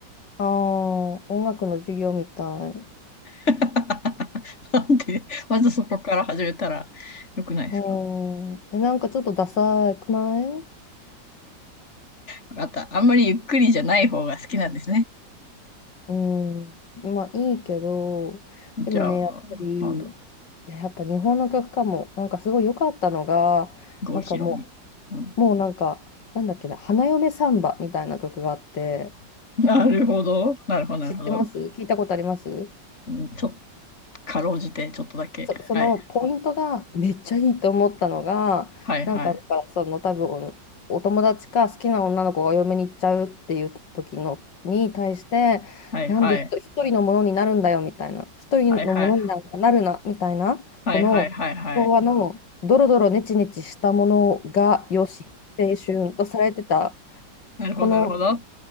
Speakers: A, on the left (about 75°); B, on the left (about 40°).
A: ああ、音楽の授業みたい。
B: <laughs> なんで、まずそこから始めたらよくないですか
A: うん、え、なんかちょっとダサくない
B: わかった。あんまりゆっくりじゃない方が好きなんですね。
A: うん、まあいいけど、
B: じゃあ、
A: でもね、やっぱり、
B: なんだろう
A: いや、やっぱ日本の曲かも、なんかすごい良かったのが、
B: 郷ひろみ。
A: なんかも
B: うん
A: うもうなんか、なんだっけな、花嫁サンバみたいな曲があって、
B: <laughs> なるほど。なるほど、なるほど。
A: 知ってます聞いたことあります
B: うんちょっと、かろうじて、ちょっとだけ。
A: そ、そのポイントがめっちゃいいと思ったのが、
B: はい。はい、
A: なんか、
B: はい。
A: だからその多分、お友達か好きな女の子がお嫁に行っちゃうっていう時のに対して、
B: はい、
A: なんで一一人のものになるんだよみたいな、
B: はい。
A: 一人のものになんかなるなみたいな、
B: はい、はい。はい、
A: この昭和のドロドロネチネチしたものがよし、
B: はい、はい、はい。
A: 青春とされてた、
B: なるほど、
A: この
B: なるほど。